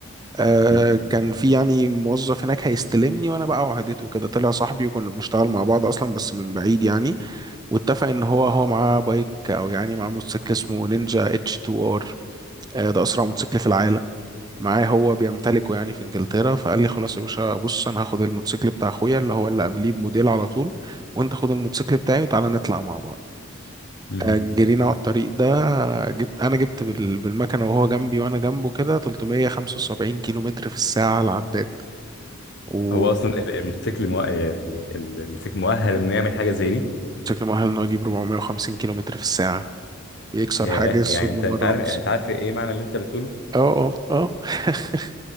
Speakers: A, on the right; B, on the left.
A: آه
B: مم.
A: كان في يعني موظف هناك هيستلمني وانا بقى وعدته كده طلع صاحبي وكنا بنشتغل مع بعض اصلا بس من بعيد يعني واتفق ان هو هو معاه بايك او يعني معاه موتوسيكل اسمه نينجا اتش 2 ار آه، ده اسرع موتوسيكل في العالم معاه هو بيمتلكه يعني في انجلترا فقال لي خلاص يا باشا بص انا هاخد الموتوسيكل بتاع اخويا اللي هو اللي قبليه بموديل على طول وانت خد الموتوسيكل بتاعي وتعالى نطلع مع بعض
B: مم.
A: آه، جرينا على الطريق ده آه، جبت انا جبت بال- بالمكنه وهو جنبي وانا جنبه كده 375 كيلو متر في الساعه على العداد وموتوسيكل
B: هو اصلا ال- الموتوسيكل مو... يعني الموتوسيكل مؤهل انه يعمل حاجه زي دي
A: مؤهل انه يجيب 450 كيلو متر في الساعة بيكسر
B: ياه
A: حاجز
B: يعني
A: صوت
B: انت
A: بمرة
B: انت عارف
A: ونص
B: انت عارف ايه معنى اللي انت بتقوله
A: اه اه اه <laughs>